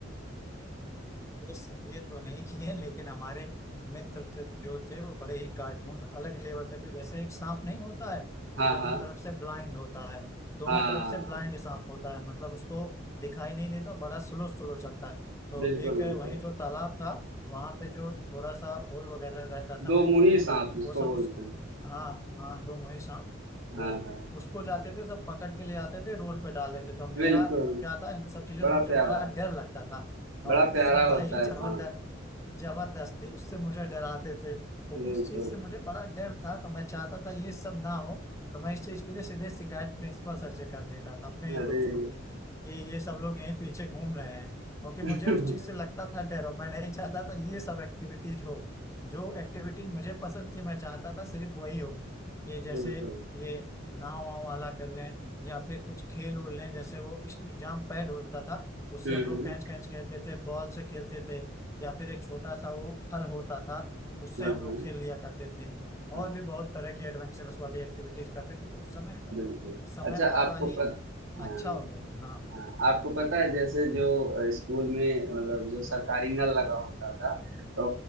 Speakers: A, on the left; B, on the right.
A: इस ये तो नहीं किए लेकिन हमारे मित्र तो जो थे वो बड़े ही कार्टून अलग लेवल के थे जैसे एक सांप नहीं होता है
B: हाँ,
A: दोनों
B: हाँ।
A: तरफ से ब्लाइंड होता है दोनों
B: हाँ,
A: तरफ से ब्लाइंड सांप होता है मतलब उसको दिखाई नहीं देता बड़ा स्लो स्लो चलता है तो
B: बिल्कुल,
A: एक है,
B: बिल्कुल।
A: वहीं जो तालाब था वहां पे जो थोड़ा सा होल वगैरह रहता
B: दो
A: था मिट्टी
B: मुंही
A: में
B: साँप जिसको
A: वो सब
B: बोलते
A: उस
B: हैं।
A: हाँ हाँ दो वही सांप वो
B: हाँ, हाँ।
A: उसको जाते थे सब पकड़ के ले आते थे रोड पे डाल देते थे तो मेरा
B: बिल्कुल,
A: क्या था इन सब चीजों
B: बड़ा
A: से मुझे
B: प्यारा,
A: बड़ा डर लगता था
B: बड़ा
A: और
B: प्यारा
A: सब
B: होता
A: भाई जबरदस्त
B: है साँप।
A: जबरदस्ती उससे मुझे डराते थे तो
B: बिल्कुल।
A: उस चीज से मुझे बड़ा डर था तो मैं चाहता था ये सब ना हो तो मैं इस चीज के लिए सीधे शिकायत प्रिंसिपल सर से कर देता था अपने ही
B: अरे!
A: दोस्तों की कि ये सब लोग यहीं पीछे घूम रहे हैं क्योंकि मुझे
B: <laughs>
A: उस चीज से लगता था डर और मैं नहीं चाहता था ये सब एक्टिविटीज हो जो एक्टिविटीज मुझे पसंद थी मैं चाहता था सिर्फ वही हो कि जैसे
B: बिल्कुल।
A: ये नाव वाव वाला कर लें या फिर कुछ खेल उल लें जैसे वो इस एग्जाम पैड होता था उससे
B: हुँ,
A: हम
B: हुँ।
A: लोग कैच कैच खेलते थे बॉल से खेलते थे या फिर एक छोटा सा वो फल होता था उससे
B: हाँ,
A: हम लोग खेल लिया करते थे
B: हाँ।
A: और भी बहुत तरह की एडवेंचरस वाली एक्टिविटीज करते थे तो उस समय का
B: बिल्कुल।
A: जो समय
B: अच्छा
A: तो बड़ा
B: आपको
A: ही
B: पत हाँ,
A: अच्छा हो गया था हाँ
B: हाँ, आपको पता है जैसे जो अ, स्कूल में मतलब जो सरकारी नल लगा होता था तो